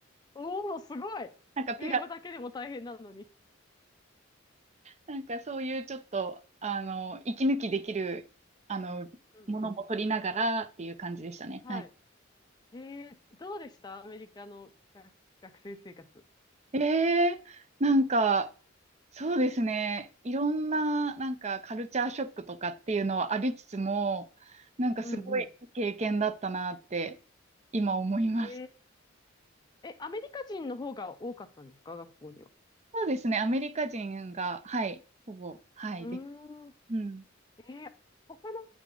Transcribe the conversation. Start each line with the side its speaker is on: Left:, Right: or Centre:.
Left: おー、すごい。
Right: <laughs> なんかピラ、
Left: 英語だけでも大変なのに。
Right: なんかそういうちょっと、あの、息抜きできる、あの、
Left: うんうん。
Right: ものも取りながらっていう感じでしたね。
Left: はい。
Right: はい
Left: えー、どうでしたアメリカの学、学生生活。
Right: ええなんか、そうですね。いろんな、なんか、カルチャーショックとかっていうのはありつつも、なんかすごい経験だったなって、
Left: うんうん。
Right: 今思います。
Left: えええ、アメリカ人の方が多かったんですか、学校には。
Right: そうですね。アメリカ人が、はい、ほぼ、はい、
Left: うーん。
Right: です。うん。
Left: えー他の、